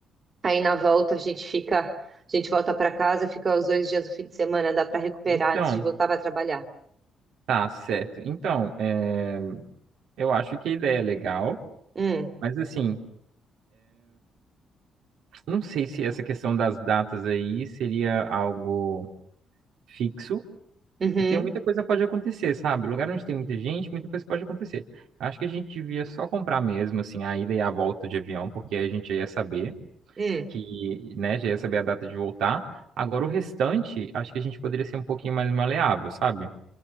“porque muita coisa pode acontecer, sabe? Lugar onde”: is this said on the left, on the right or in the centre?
Right